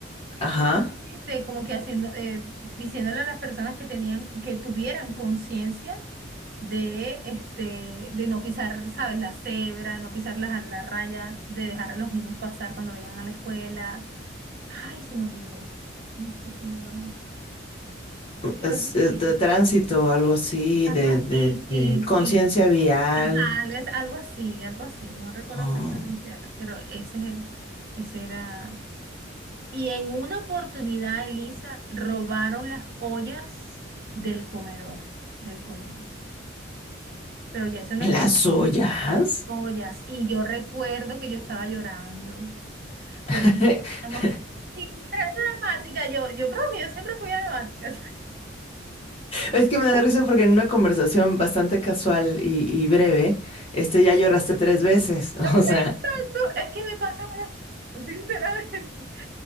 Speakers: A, on the left; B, on the right.
A: Ajá.
B: Y este, como que haciendo, eh, diciéndole a las personas que tenían, que tuvieran conciencia de, este, de no pisar, ¿sabes? La cebra, no pisar la, la raya, de dejar a los niños pasar cuando vayan a la escuela. Ay, se me olvidó. ¿Cómo es que se llama? Pero
A: Es-
B: es así.
A: es de tránsito, algo así,
B: Algo
A: de,
B: así,
A: de,
B: sí,
A: de conciencia
B: sí.
A: vial.
B: Ajá, es algo así, algo así. No recuerdo
A: Ah.
B: exactamente ahora, pero ese es el- ese era. Y en una oportunidad, Elisa, robaron las ollas del comedor del colegio. Pero ya eso no
A: ¿Las
B: es mis
A: ollas?
B: ollas. Y yo recuerdo que yo estaba llorando
A: <laughs>
B: porque <laughs> estamos sí, dramática. Yo, yo creo que yo siempre fui dramática. <laughs>
A: Es que me da risa porque en una conversación bastante casual y, y breve, este ya lloraste tres veces. <laughs> O sea,
B: Exacto, es que me pasan unas cosas, sinceramente.